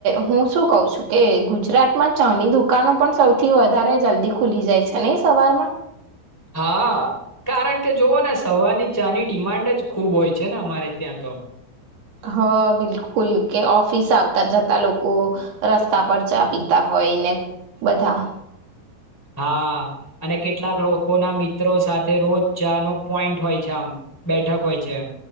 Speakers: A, on the right (about 65°); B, in the centre.
A: હું શું કઉ છું કે ગુજરાતમાં ચાની દુકાનો પણ સૌથી વધારે જલ્દી ખુલી જાય છે નહી સવારમાં?
B: હા, કારણ કે જોઓ ને સવારની ચાની ડિમાન્ડ જ ખૂબ હોય છે ને અમારે ત્યાં તો.
A: હ બિલકુલ, કે ઓફિસ આવતા જતા લોકો રસ્તા પર ચા પીતા હોય ને બધા
B: હા અને કેટલાક લોકો ના મિત્રો સાથે રોજ ચા નો પોઈન્ટ હોય છે, આમ બેઠક હોય છે.